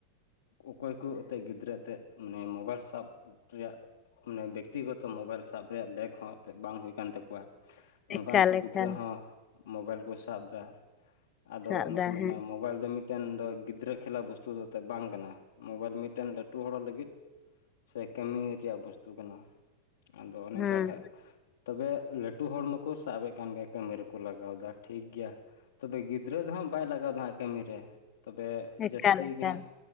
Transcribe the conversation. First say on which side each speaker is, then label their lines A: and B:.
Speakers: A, on the left; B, on the left.
A: ᱚᱠᱚᱭ ᱠᱚ ᱟᱛᱮ ᱜᱤᱫᱽᱨᱟᱹ ᱟᱛᱮ ᱢᱟᱱᱮ ᱢᱳᱵᱟᱭᱤᱞ ᱥᱟᱵ ᱨᱮᱭᱟᱜ ᱚᱱᱮ ᱵᱮᱠᱛᱤᱜᱚᱛᱚ ᱢᱳᱵᱟᱭᱤᱞ ᱥᱟᱵ ᱨᱮᱭᱟᱜ ᱞᱮᱠ ᱦᱚᱸ ᱮᱱᱛᱮᱫ ᱵᱟᱝ ᱦᱩᱭ ᱠᱟᱱ ᱛᱟᱠᱚᱣᱟ ᱚᱱᱠᱟᱱ
B: ᱮᱠᱟᱞ
A: ᱠᱚ
B: ᱮᱠᱟᱞ
A: ᱜᱤᱫᱽᱨᱟᱹ ᱦᱚᱸ ᱢᱳᱵᱟᱭᱤᱞ ᱠᱚ ᱥᱟᱵ ᱫᱟ ᱟᱫᱚ
B: ᱥᱟᱵ
A: ᱚᱱᱮ
B: ᱫᱟ
A: ᱠᱚ ᱢᱮᱱᱟ
B: ᱦᱮᱸ
A: ᱢᱳᱵᱟᱭᱤᱞ ᱫᱚ ᱢᱤᱫ ᱢᱤᱫᱴᱮᱱ ᱫᱚ ᱜᱤᱫᱽᱨᱟᱹ ᱠᱷᱮᱞᱟ ᱵᱚᱥᱛᱩ ᱫᱚ <unintelligible> ᱵᱟᱝ ᱠᱟᱱᱟ ᱢᱳᱵᱟᱭᱤᱞ ᱢᱤᱫᱴᱮᱱ ᱞᱟᱹᱴᱩ ᱦᱚᱲ ᱞᱟᱹᱜᱤᱫ ᱥᱮ ᱠᱟᱹᱢᱤ ᱨᱮᱭᱟᱜ ᱵᱚᱥᱛᱩ ᱠᱟᱱᱟ ᱟᱫᱚ ᱚᱱᱮ
B: ᱦᱮᱸ
A: ᱚᱱᱠᱟᱜᱮ ᱦᱟᱸᱜ ᱛᱚᱵᱮ ᱞᱟᱹᱴᱩ ᱦᱚᱲ ᱢᱟᱠᱚ ᱥᱟᱵᱮᱫ ᱠᱟᱱ ᱜᱮᱭᱟ ᱠᱟᱹᱢᱤ ᱨᱮᱠᱚ ᱞᱟᱜᱟᱣ ᱮᱫᱟ ᱴᱷᱤᱠ ᱜᱮᱭᱟ ᱛᱚᱵᱮ ᱜᱤᱫᱽᱨᱟᱹ ᱫᱚᱦᱟᱸᱜ ᱵᱟᱭ ᱞᱟᱜᱟᱣ ᱫᱟ ᱦᱟᱸᱜ ᱠᱟᱹᱢᱤ ᱨᱮ ᱛᱚᱵᱮ
B: ᱮᱠᱟᱞ
A: ᱡᱟᱹᱥᱛᱤ
B: ᱮᱠᱟᱞ
A: ᱜᱮ ᱦᱟᱸᱜ